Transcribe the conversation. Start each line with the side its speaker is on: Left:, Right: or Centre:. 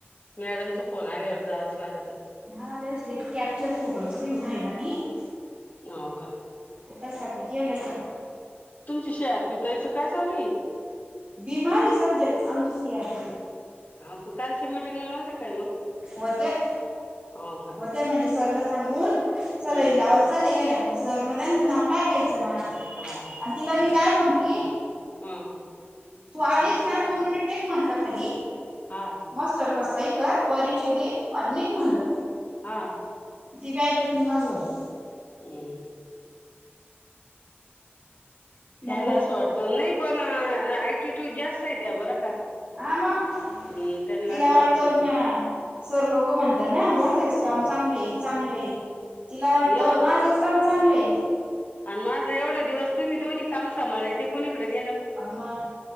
Left: मॅडमचा फोन आल्यावर जावंचं लागतं.
Right: हा ना त्यांच्या ते कॅप्चर फोटोचं काही व्हायनं नाही.
Left: होव का?
Right: ते त्यासाठी गेल्या त्या.
Left: तुमची सीआरपी ताईचं काय चालूय?
Right: बिमारे सध्यात आमच्या सीआरपी ताई.
Left: हाव का कालच्या मीटिंगला नव्हत्या काय मग?
Right: होत्या,
Left: हो का
Right: होत्या म्हणजे सरला सांगून सलाईन
Left: हम्म
Right: लावायला चालल्या गेल्या मंग. सरनं त्यांचं नाव टाकायचं ना.
Left: हा.
Right: आणि तिला मी काय बोलंती
Left: हा.
Right: तू आलीच ना दोन मिनिटं टेक म्हटलं खाली.
Left: हा.
Right: मस्टरवर सही कर परिचय
Left: हा
Right: दे अन निघ म्हणलं.
Left: हा हा
Right: ती बी ऐकत नाही माझं.
Left: हम्म. त्यायला
Right: मग बुक
Left: असं वाटतं नाही पण ऍटिट्यूड जास् तय त्या बरं का अम्म
Right: हा मग
Left: त्यानंला
Right: तिला
Left: असं वाटतं
Right: म्या सर लोक म्हणता ना बोडख्याचं
Left: हम्म
Right: काम चांगलंय चांगलंय, तिला वाटतं
Left: एवढे
Right: माझचं काम चांगलंय.
Left: आणि माझं एवढे दिवस तुम्ही दोन्ही काम सांभाळले ते कुणाकडं गेलं?
Right: अ मग